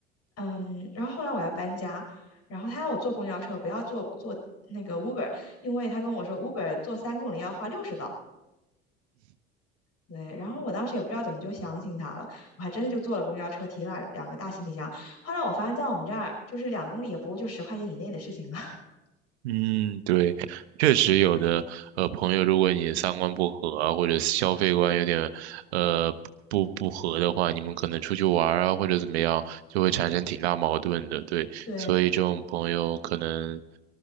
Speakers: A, on the left (about 50°); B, on the right (about 80°).
A: 嗯，然后后来我要搬家，然后他要我坐公交车，不要坐坐那个 Uber，因为他跟我说 Uber 坐三公里要花六十刀。对，然后我当时也不知道怎么就相信他了，我还真的就坐了公交车，提了两个大行李箱。后来我发现，在我们这儿就是两公里也不过就十块钱以内的事情了，<laughs>
B: 嗯，对，确实有的，呃，朋友，如果你三观不合啊或者消费观有点，呃，不不合的话，你们可能出去玩儿啊，或者怎么样，就会产生挺大矛盾的，对，
A: 对，
B: 所以这种朋友可能，